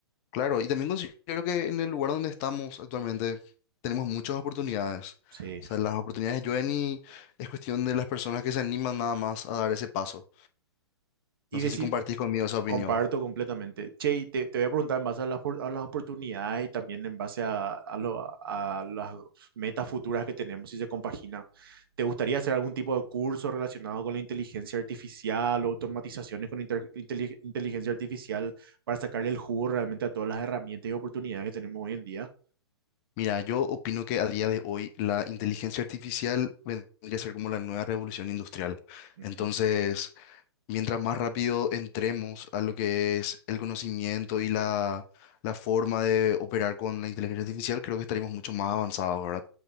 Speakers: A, on the left (about 35°); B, on the right (about 55°).
A: Claro, y también considero que en el lugar donde estamos actualmente tenemos muchas oportunidades.
B: Sí.
A: O sea, las oportunidades llueven y es cuestión de las personas que se animan nada más a dar ese paso.
B: Y
A: No
B: decir,
A: sé si compartís conmigo esa opinión.
B: Comparto completamente. Che, y te, te voy a preguntar en base a las, por- a las oportunidades y también en base a, a, lo- a las metas futuras que tenemos, si se compagina. ¿Te gustaría hacer algún tipo de curso relacionado con la inteligencia artificial o automatizaciones con inter- inteli- inteligencia artificial para sacarle el jugo realmente a todas las herramientas y oportunidades que tenemos hoy en día?
A: Mira, yo opino que a día de hoy la inteligencia artificial vendría a ser como la nueva revolución industrial.
B: Ujú.
A: Entonces, Mientras más rápido entremos a lo que es el conocimiento y la, la forma de operar con la inteligencia artificial, creo que estaríamos mucho más avanzados, ¿verdad?